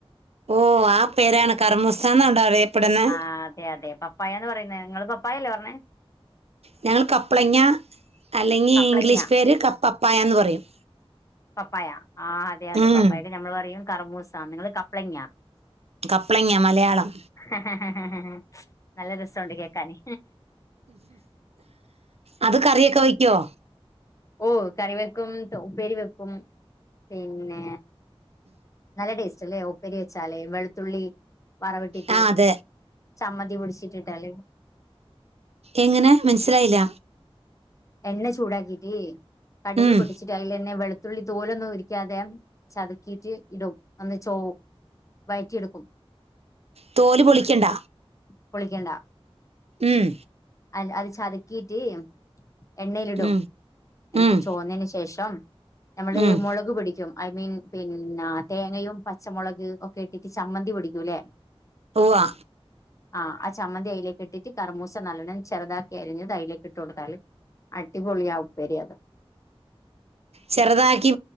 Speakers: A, on the right (about 90°); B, on the left (about 30°).
A: ഓ ആ പേരാണ് കർമുസാന്നണ്ട അറിയപ്പെടുന്നെ
B: ആഹ് അതെ അതെ പപ്പായന്ന് പറയുന്ന നിങ്ങള് പപ്പായല്ലേ പറഞ്ഞേ
A: ഞങ്ങള് കപ്പളങ്ങ അല്ലെങ്കി
B: കപ്ലങ്ങ
A: ഇംഗ്ലീഷ് പേര് കപ്പപ്പായന്ന് പറയും
B: പപ്പായ ആഹ് അതെ അതെ
A: ഉം
B: പപ്പായൊക്കെ നമ്മൾ പറയും കറമൂസ നിങ്ങള് കപ്പളങ്ങ
A: കപ്പളങ്ങ മലയാളം
B: ആഹ ഹ ഹ നല്ല രസ ഉണ്ട് കേക്കാനേ
A: അത് കറിയൊക്കെ വയ്ക്കുവോ
B: ഓ കറി വെക്കും ഉപ്പേരി വെക്കും പിന്നെ നല്ല ടേസ്റ്റ് അല്ലേ ഉപ്പരി വെച്ചാലേ വെളുത്തുള്ളി വറവിട്ടിട്ട്
A: ആ അതെ
B: ചമ്മതി പിടിച്ചിട്ടിട്ടാല്
A: എങ്ങനെ മനസ്സിലായില്ല
B: എണ്ണ ചൂടാക്കീട്ട് കടുക്
A: ഉം
B: പൊടിച്ചിട്ട് അതിലെ വെളു വെളുതുള്ളി തോലൊന്നും ഉരിക്കാതെ ചതക്കിയിട്ട് ഇടും അന്ന് ചോവും വഴറ്റിയെടുക്കും
A: തോല് പൊളിക്കണ്ട
B: പൊളിക്കണ്ട
A: ഉം
B: അ അത് ചതക്കിയിട്ട് എണ്ണയിലിടും
A: ഉം
B: എന്നിട്ട്
A: ഉം
B: ചോന്നതിന് ശേഷം നമ്മള്
A: ഉം
B: മുളക് പിടിക്കും ഐ മീൻ പിന്നെ തേങ്ങയും പച്ചമുളക് ഇട്ടിട്ട് ചമ്മന്തി പൊടിക്കൂല്ലേ
A: ഓഹ്
B: ആഹ് ചമ്മന്തി അയിലേക് ഇട്ടിട്ട് കറമൂസ നല്ലണ്ണം ചെറുതാക്കി അരിഞ്ഞത് അതിലേക്ക് ഇട്ട് കൊടുത്താൽ അടിപൊളിയ ഉപ്പരിയത്
A: ചെറുതാക്കി